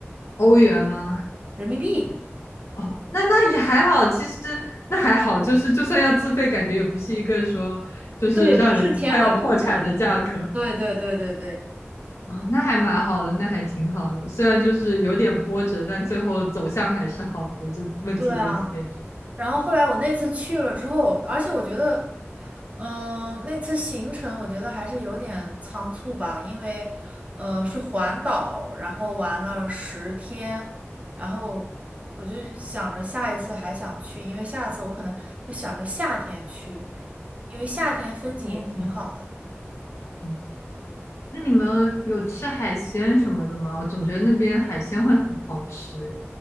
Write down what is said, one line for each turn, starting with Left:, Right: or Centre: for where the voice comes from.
Left: 欧元吗？
Right: 人民币，
Left: 哦，那那也还好，其实那还好，就是就算要自费，感觉也不是一个说就是让人快要破产的价格。
Right: 对，不是天文数字。对对对对对，
Left: 哦，那还蛮好的，那还挺好的，虽然就是有点波折，但最后走向还是好的，就问题都解决。
Right: 对啊。然后后来我那次去了之后，而且我觉得，嗯、那次行程我觉得还是有点仓促吧，因为，呃，是环岛，然后玩了十天，然后我就想着下一次还想去，因为下一次我可能就想着夏天去，因为夏天风景也挺好的。
Left: 哦，嗯那你们有吃海鲜什么的吗？我总觉得那边海鲜会很好吃诶。